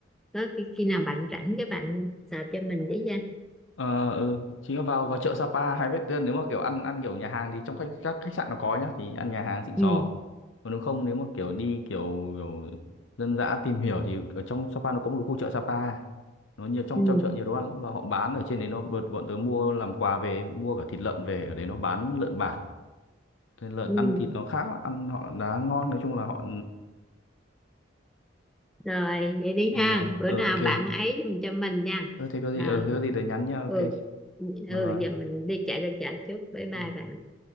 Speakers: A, in the centre; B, on the left (about 70°).
A: Tới khi, khi nào bạn rảnh cái bạn search cho mình với nha
B: ờ ừ. chính là vào vào chợ Sapa hay biết nếu mà kiểu ăn ăn kiểu nhà hàng thì trong khách các khách sạn nó có nhá thì ăn nhà hàng xịn
A: ừ.
B: sò còn nếu không nếu mà kiểu đi kiểu, kiểu dân dã tìm hiểu thì ở trong Sapa nó có một cái khu chợ Sapa nó nhiều trong
A: Ừ.
B: trong chợ nhiều đồ ăn lắm và họ bán ở trên đấy nó bọn bọn tớ mua làm quà về mua cả thịt lợn về ở đấy nó bán lợn bản lợn
A: Ừ.
B: ăn thịt nó khác á, ăn họ đá ngon nói chung là họ
A: rồi vậy đi
B: ừ,
A: ha
B: là
A: bữa
B: ờ,
A: nào
B: ok
A: bạn ấy giùm cho mình nha
B: ờ, thế có gì
A: à.
B: ờ thế có gì tớ nhắn nha ok
A: ừ ừ
B: bye bye
A: giờ mình đi chạy ra chợ trước bye bye
B: Ừ.
A: bạn